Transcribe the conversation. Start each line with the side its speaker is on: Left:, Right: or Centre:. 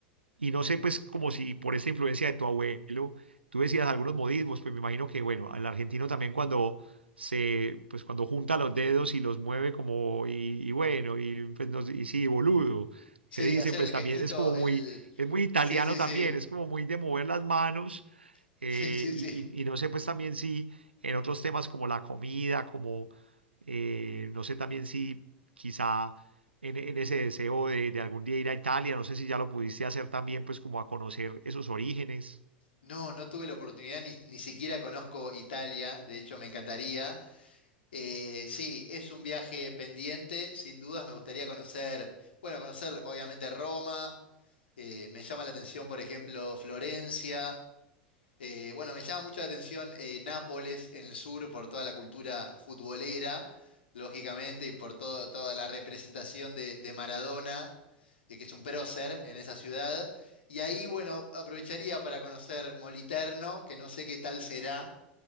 Right: y no sé, pues, como si por esta influencia de tu abuelo, tú decías algunos modismos, pues me imagino que, bueno, al argentino también cuando se, pues cuando junta los dedos y los mueve como, y, y bueno, y, pues, no sé, y sí, boludo,
Left: Sí,
Right: que dicen,
Left: hacer
Right: pues
Left: el gestito,
Right: también es como
Left: el...
Right: muy, es muy italiano
Left: Sí, sí,
Right: también,
Left: sí,
Right: es como muy de mover las manos,
Left: <laughs>
Right: eh,
Left: sí, sí, sí.
Right: y, y- y no sé, pues también si en otros temas como la comida, como, eh, no sé también si quizá en, en ese deseo de, de algún día ir a Italia. No sé si ya lo pudiste hacer también, pues como a conocer esos orígenes.
Left: No, no tuve la oportunidad, ni, ni siquiera conozco Italia, de hecho me encantaría. Eh, sí, es un viaje pendiente, sin dudas me gustaría conocer, bueno, conocer obviamente Roma, eh, me llama la atención, por ejemplo, Florencia, eh, bueno, me llama mucho la atención eh, Nápoles en el sur por toda la cultura futbolera, lógicamente, y por todo- toda la representación de, de Maradona, eh, que es un prócer en esa ciudad. Y ahí, bueno, aprovecharía para conocer Moliterno, que no sé qué tal será,